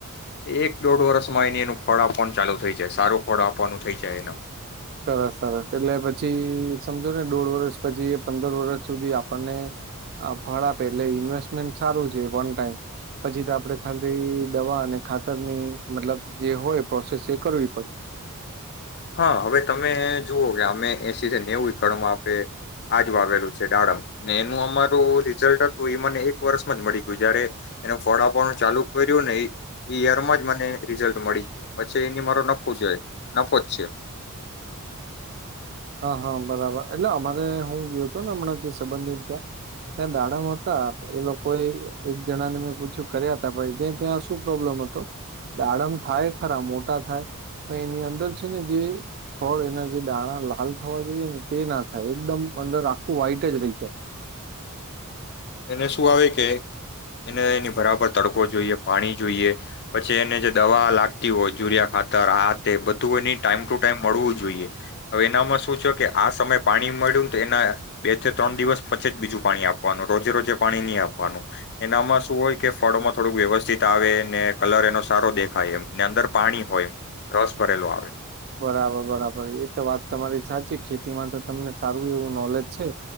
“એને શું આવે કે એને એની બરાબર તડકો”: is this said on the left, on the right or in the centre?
Left